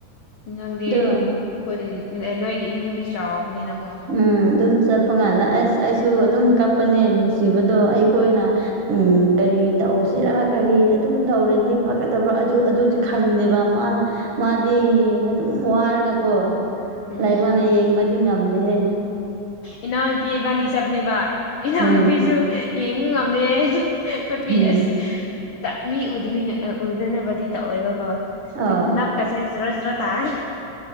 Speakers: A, on the left; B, on the right.
A: ꯅꯪꯗꯤ
B: ꯑꯗꯨ
A: ꯈꯨꯟ ꯅꯣꯏꯒꯤ ꯏꯃꯨꯡꯗꯤ ꯆꯥꯎꯕꯅꯤꯅꯀꯣ
B: ꯎꯝ ꯑꯗꯨꯝ ꯆꯠꯄ ꯀꯥꯟꯗ ꯑꯩꯁ ꯑꯩꯁꯨ ꯑꯗꯨꯝ ꯀꯞꯄꯅꯦ ꯅꯨꯡꯁꯤꯕꯗꯣ ꯑꯩꯈꯣꯏꯅ ꯎꯝ ꯀꯔꯤ ꯇꯧꯁꯤꯔꯥ ꯀꯔꯤ ꯑꯗꯨꯝ ꯇꯧꯔꯗꯤ ꯐꯒꯗꯕ ꯑꯗꯨ ꯑꯗꯨꯗꯤ ꯈꯪꯗꯦꯕ ꯃꯥꯅ ꯃꯥꯗꯤ ꯑꯗꯨꯝ ꯋꯥꯔꯒ ꯀꯣ
A: ꯎꯝ
B: ꯂꯩꯕ ꯋꯥꯅꯤ ꯌꯦꯡꯕꯗꯤ ꯉꯝꯗꯦꯍꯦ
A: ꯏꯅꯥꯎꯅꯨꯄꯤ ꯏꯕꯥꯅꯤ ꯆꯠꯄꯅꯦꯕ ꯏꯅꯥꯎꯅꯨꯄꯤꯁꯨ
B: ꯎꯝ
A: ꯌꯦꯡꯕ ꯉꯝꯗꯦ ꯃꯄꯤ
B: ꯎꯝ
A: ꯑꯁ ꯇ ꯃꯤ ꯎꯗꯅꯤꯉ ꯎꯗꯅꯕꯗꯤ ꯇꯧꯋꯦꯕꯀꯣ
B: ꯑꯣ
A: ꯅꯞ ꯀꯁꯦ ꯖꯔꯣ ꯖꯣꯔꯣ ꯇꯥꯏ